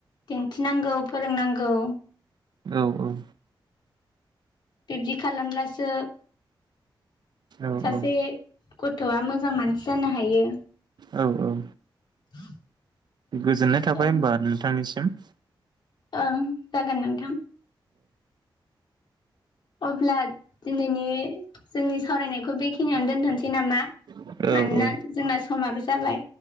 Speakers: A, on the left; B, on the right.
A: दिन्थिनांगौ फोरोंनांगौ,
B: औ
A: बिब्दि खालामब्लासो
B: औ
A: सासे गथ'आ मोजां मानसि जानो हायो।
B: औ औ
A: <inaudible>
B: गोजोननाय थाबाय
A: औ
B: होमबा नोंथांनि <unintelligible>
A: ओं जागोन नोंथां। अब्ला दिनैनि जोंनि सावरायनायखौ बेखिनियावनो दोनथ'सै नामा
B: औ
A: मानोना
B: औ औ
A: जोंना समाबो जाबाय।